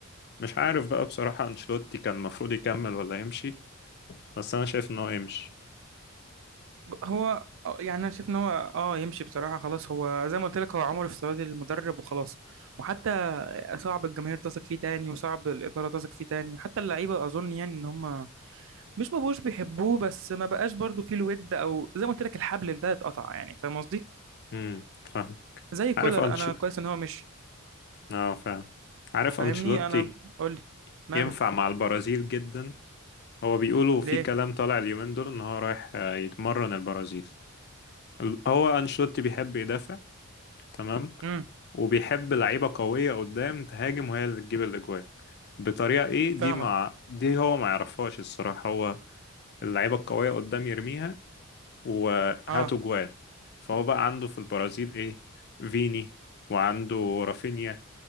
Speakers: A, on the left; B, on the right.
A: مش عارف بقى بصراحة انشيلوتي كان المفروض يكمل ولا يمشي بس انا شايف ان هو يمشي
B: هو آه، يعني انا شايف ان هو اه يمشي بصراحه خلاص هو زي ما قلت لك هو عمر افتراضي للمدرب وخلاص وحتى صعب الجماهير تثق فيه تاني وصعب الاداره تثق فيه تاني حتى اللعيبه اظن يعني ان هم مش ما بقوش بيحبوه بس ما بقاش برضو فيه الود او زي ما قلت لك الحبل ده اتقطع يعني فاهم قصدي
A: امم فاهم
B: زي كولر
A: عارف انشل
B: انا كويس ان هو مشي
A: اه فعلا عارف
B: فاهمني
A: انشيلوتي
B: انا قول لي ماله
A: ينفع مع البرازيل جدا هو بيقولوا في
B: ليه
A: كلام طالع اليومين دول ان هو رايح آه، يتمرن البرازيل ال- هو أنشيلوتي بيحب يدافع تمام
B: امم
A: وبيحب لعيبة قوية قدام تهاجم وهي اللي تجيب الأجوان بطريقة إيه
B: فاهمك
A: دي مع دي هو ما يعرفهاش الصراحة هو اللعيبة القوية قدام يرميها وهاتوا
B: اه
A: جوان فهو بقى عنده في البرازيل إيه فيني وعنده رافينيا